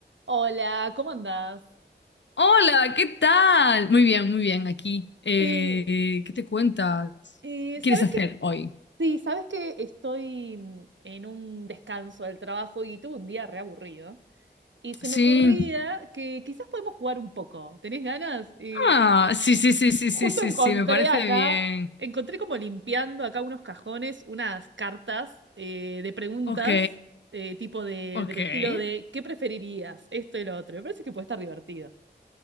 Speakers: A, on the right (about 85°); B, on the left (about 75°).
A: Hola, ¿cómo andás?
B: Hola, ¿qué tal? Muy bien, muy bien, aquí. Eh,
A: Eh,
B: ¿qué te cuentas?
A: eh,
B: ¿Qué quieres
A: ¿sabes
B: hacer
A: que
B: hoy?
A: Sí, sabes que estoy mm, en un descanso del trabajo y tuve un día reaburrido. Y se
B: Sí.
A: me ocurría que quizás podemos jugar un poco. ¿Tenés ganas? Y
B: Ah, sí, sí, sí, sí,
A: justo
B: sí, sí,
A: encontré
B: sí, me parece
A: acá,
B: bien.
A: encontré como limpiando acá unos cajones, unas cartas eh, de preguntas,
B: Ok,
A: eh, tipo de,
B: ok.
A: del estilo de ¿qué preferirías? Esto y lo otro. Me parece que puede estar divertido.